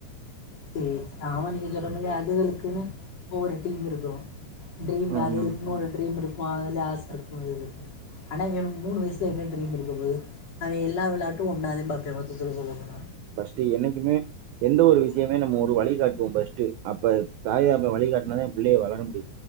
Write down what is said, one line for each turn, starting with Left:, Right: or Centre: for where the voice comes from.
Left: சேரி ஆமா நீங்க சொன்ன மாரி அதுகளுக்குனு ஒவ்வொரு டீம் இருக்கு ட்ரீம்
Right: அது
Left: அதுகளுக்குனு
Right: ம்
Left: ஒரு ட்ரீம் இருக் அதுல ஆச இருக்கு அதுகளுக்கு ஆனா இவெ மூணு வயசுல என்ன ட்ரீம் இருக்க போது அவெ எல்லா வெளாட்டு ஒன்னா தா பாப்பே மொத்தத்துல சொல்ல போனா
Right: ஃபஸ்ட்டு என்னைக்குமே எந்த ஒரு விஷ்யமே நம்ம ஒரு வழிகாட்டுவோ ஃபஸ்ட்டு அப்ப தாய் தகப்பெ வழிகாட்னாதே புள்ளைய வளர முடியு